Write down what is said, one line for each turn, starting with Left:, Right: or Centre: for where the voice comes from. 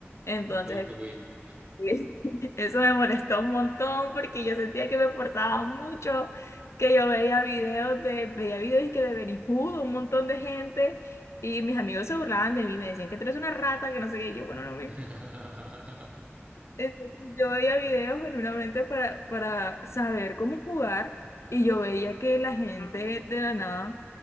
Left: Entonces
Right: Un pay to win.
Left: Sí. <laughs> Eso me molestó un montón porque yo sentía que me forzaba mucho, que yo veía videos de, veía videos y que de Benny Hood, un montón de gente, y mis amigos se burlaban de mí, me decían que tú eres una rata, que no sé qué, y yo, bueno, no me...
Right: <laughs>
Left: Entonces yo veía videos genuinamente para, para saber cómo jugar, y yo veía que la gente de la nada